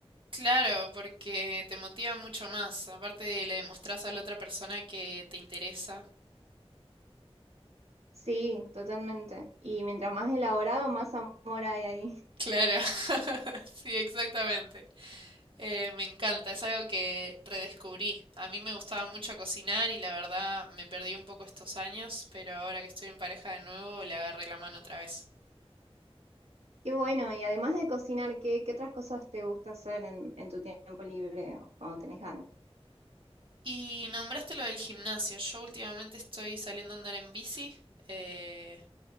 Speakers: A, on the right; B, on the right.
A: Claro, porque te motiva mucho más. Aparte, le demostrás a la otra persona que te interesa.
B: Sí, totalmente. Y mientras más elaborado, más amor hay ahí.
A: Claro, <laughs> sí, exactamente. Eh, me encanta, es algo que redescubrí. A mí me gustaba mucho cocinar y la verdad me perdí un poco estos años, pero ahora que estoy en pareja de nuevo le agarré la mano otra vez.
B: Qué bueno, y además de cocinar, ¿qué, qué otras cosas te gusta hacer en, en tu tiempo libre o cuando tenés ganas?
A: Y nombraste lo del gimnasio. Yo últimamente estoy saliendo a andar en bici. eh,